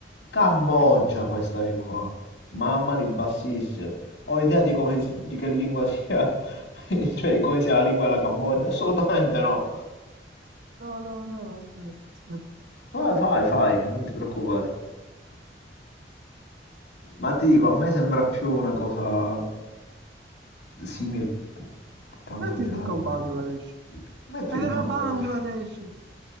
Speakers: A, on the left; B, on the right.
A: Cambogia questa è qua. Mamma mia, bassissimi. Ho idea di come di che lingua sia, <laughs> cioè di come sia la lingua della Cambogia? Assolutamente no.
B: No, no, no, no, aspetta, aspetta.
A: Vai, fai, fai, non ti preoccupare. Ma ti dico, a me sembra più una cosa simil cambogiano.
B: Io ti dico Bangladesh.
A: Metti
B: Ed
A: Bangladesh.
B: era Bangladesh!